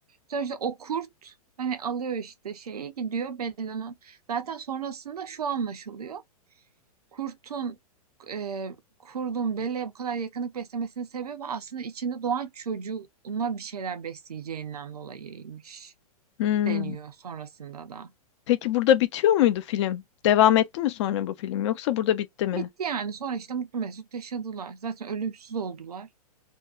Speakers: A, on the right; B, on the left.
A: Sonra işte o kurt hani alıyor işte şeyi gidiyor Bella'nın. Zaten sonrasında şu anlaşılıyor. Kurtun e, kurdun Bella'ya bu kadar yakınlık beslemesinin sebebi aslında içinde doğan çocuğuna bir şeyler besleyeceğinden dolayıymış
B: Hmm.
A: deniyor sonrasında da.
B: Peki burada bitiyor muydu film? Devam etti mi sonra bu film yoksa burada bitti mi?
A: Bitti yani sonra işte mutlu mesut yaşadılar. Zaten ölümsüz oldular.